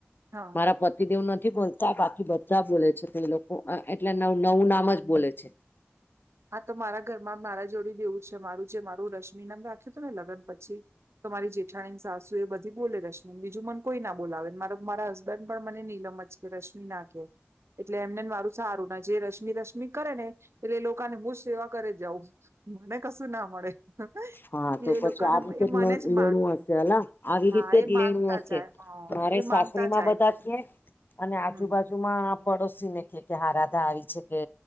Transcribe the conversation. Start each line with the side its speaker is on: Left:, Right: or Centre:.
Right: હા
Left: મારા <unintelligible> પતિદેવ નથી બોલતા બાકી બધા બોલે છે તે લોકો એટલે નવ નવું નામ જ બોલે છે.
Right: હા તો મારા ઘરમાં મારા જોડે બી એવું છે મારું જે મારું રશ્મિ નામ રાખ્યું હતું ને લગ્ન પછી તો મારી જેઠાણીની સાસુ એ બધી બોલે રશ્મિ બીજું મન કોઈ ના બોલાવે મા મારા હસબન્ડ પણ મને નીલમ જ કે રશ્મિ ના કેે એટલે એમનેને મારું સારું ના જે રશ્મિ રશમિ કરે ને એટલે એ લોકો અને હું સેવા કરે જાઉં મને કશું ના મળે. એટલે
Left: હા તો પછી
Right: એ લોકોને
Left: આ રીતે
Right: એ
Left: જ
Right: મને
Left: લેણું
Right: માંગે
Left: હશે હલા આવી
Right: હા
Left: રીતે
Right: એ
Left: જ
Right: માંગતા
Left: લેણું હશે.
Right: જાય હા
Left: મારે
Right: એ
Left: સાસરીમાં
Right: માંગતા જાય
Left: બધા કે અને આજુબાજુ
Right: હમ
Left: <unintelligible> માં પડોશી ને કે કે હા રાધા આવી છે કે